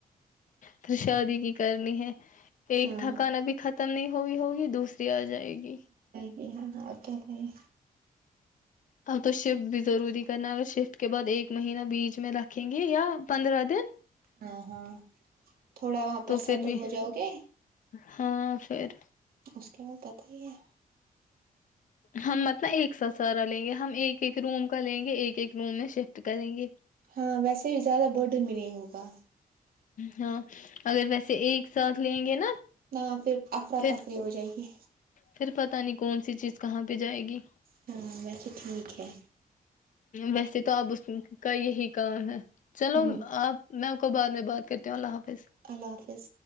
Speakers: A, on the left; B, on the right.
A: پھر شادی کی کرنی ہے ایک
B: ہاں
A: تھکان ا بھیط ختم نہیں ہوئی ہوگی دوسری آ جائے رہائے گی
B: یہ آے کریں
A: اب تو شفٹ بھی ضروری کرنا ہے اگر شفٹ کے بعد ایک مہینہ بیچ میں رکھیں گے یا پندرہ دن
B: ہاں ہاں تھوڑا وہاں پر
A: تو پھر
B: سیٹل
A: بھی
B: ہو جاؤ گے
A: ہاں پھر
B: مشک میں پتا ہی ہے
A: ہم متب ایک سا سارا لیں گے ہم ایک ایک روم کا لیں گے ایک ایک روم میں شفٹ کریں گے
B: ہاں ویسے بھی زیادہ بوڈن بھی نہیں ہوگا
A: ہاں اگر ویسے ایک ساتھ لیں گے نا
B: نہ پھر افر
A: پھر
B: تفری ہو جائےے
A: پھر پتہ نہیں کون سی چیز کہاں پہ جائے گی
B: ہاں بس ٹھیک ہے
A: ویسے تو آپ اس کا یہی کام ہے چلو
B: ہوں
A: آپ میں بعد میں بات کرتے ہ اللہ حافظ
B: اللہ حافظ